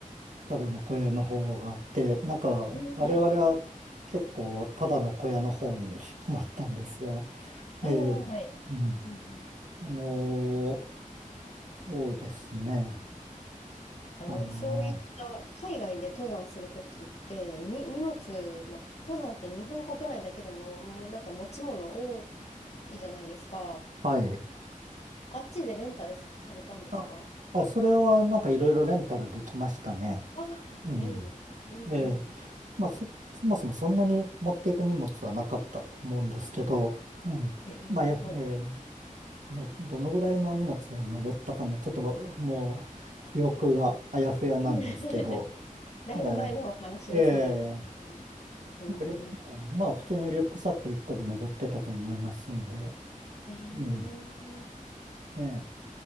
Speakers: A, on the right; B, on the left.
A: ただの小屋の方があって、なんか、
B: うん。
A: 我々は結構ただの小屋の方に
B: はい。
A: <laughs> 泊まったんですが、
B: ああ、
A: ええ、
B: はい。
A: うん。
B: うんうん。
A: あのーそうですね。
B: あの、
A: あの
B: そういった海外で登山するときって、に、荷物、ま、登山って日本国内だけでも、もうなんか持ち物多いじゃないですか。
A: ーはい。
B: あっちでレンタルされたんですか
A: あ、あ、それはなんかいろいろレンタルできましたね。
B: ああ、
A: うん。
B: 便利。うんうん。
A: ええ。まあ、そ、そもそもそんなに持っていく荷物はなかったと思うんですけど、うん。
B: ええ、
A: まあ、やええ
B: はい。
A: いや、どのぐらいの荷物で登ったかな。ちょっともう記憶があやふやなんですけど。
B: うん <laughs> だいぶ前のお話ですもんね。
A: ええええ
B: うん。
A: まあ、リュうんまあ普通にリュックサック1個で登ってたと思いますんで。
B: ええ、
A: うん。ええ